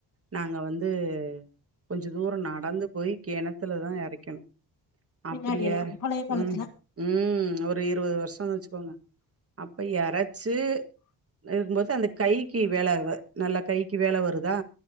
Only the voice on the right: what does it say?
நாங்க வந்து கொஞ்ச தூரநடந்து போய் கெணத்துல தா எறைக்கணு அப்படியாரு
ம் ம் ஒரு இருவது வருஷோ வச்சுக்கோங்க அப்ப எறச்சு இருக்கும்போது அந்த கைக்கு வேல நல்லா கைக்கு வேலை வருதா